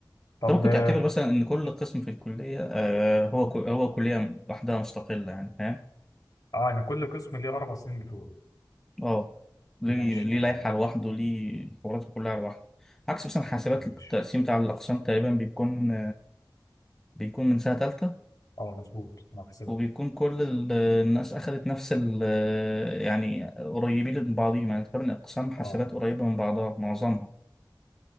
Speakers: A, on the left (about 55°); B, in the centre.
A: طب
B: انت ممكن
A: آه،
B: تعتبر مثلا ان كل
A: ماشي.
B: قسم في الكليه آه هو هو كليه لوحدها مستقله يعني فاهم
A: اه انا كل قسم ليه اربع سنين بتوع
B: اه ليه
A: ماشي
B: ليه
A: تمام
B: لائحة لوحده ليه الحوارات كلها لوحده عكس مثلا حاسبات
A: ماشي
B: التقسيم بتاع الأقسام تقريبا بيكون بيكون من سنة تالتة
A: اه مظبوط انا في حسابات
B: وبيكون كل ال- الناس أخدت نفس ال يعني قريبين من بعضهم يعني تقريبا أقسام حاسبات
A: اه
B: قريبة من بعضها معظمها